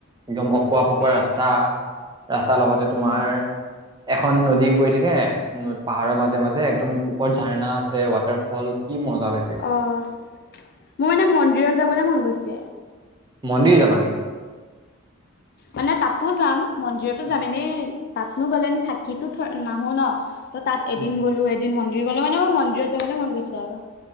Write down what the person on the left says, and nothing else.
উম,
উম,
অঁ মোৰ মানে মন্দিৰত যাবলৈ মন গৈছে। যে।
মানে তাতো যাম। মন্দিৰতো
যাম এনেই তাতনো গ'লে ন থাকিটো নাহো ন'! ত' তাত
এদিন গ'লো এদিন মন্দিৰ ঘলে মানে মোৰ মন্দিৰত যাবলৈ মন গৈছ আৰু